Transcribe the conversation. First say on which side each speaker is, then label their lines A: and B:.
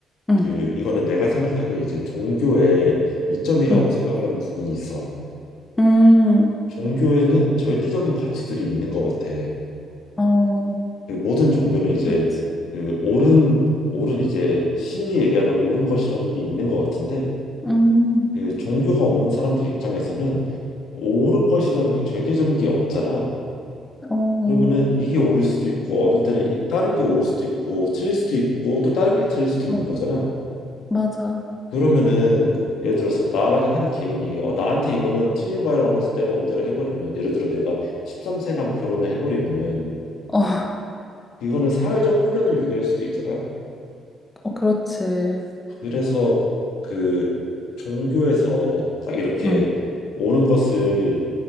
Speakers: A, on the left (about 20°); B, on the left (about 80°).
A: 응,
B: 그 이거는 내가 생각하기에 이제 종교의 이점이라고
A: 응,
B: 생각하는 부분이 있어.
A: 음,
B: 종교에는 절대적인 가치들이 있는 것 같아.
A: 어,
B: 그 모든 종교는 이제
A: 그렇지.
B: 그 옳은 옳은 이제 신이 얘기하는 옳은 것이라는 게 있는 것 같은데
A: 음,
B: 그 종교가 없는 사람들 입장에서는 옳은 것이라는 게 절대적인 게 없잖아.
A: 어,
B: 그러면은 이게 옳을 수도 있고 어느 때는 이- 다른 게 옳을 수도 있고 틀릴 수도 있고 또 다른 게 틀릴 수도 있는
A: 어,
B: 거잖아.
A: 맞아.
B: 그러면은 예를 들어서 나라는 한 개인이 어 나한테 이거는 틀린 거야라고 해서 내 맘대로 해버리면 예를 들어 내가 13세랑 결혼을 해버리면은
A: 어,
B: 이거는 사회적 혼란을 유발할 수도 있잖아.
A: 어, 그렇지.
B: 그래서 그 종교에서 딱 이렇게
A: 응,
B: 옳은 것을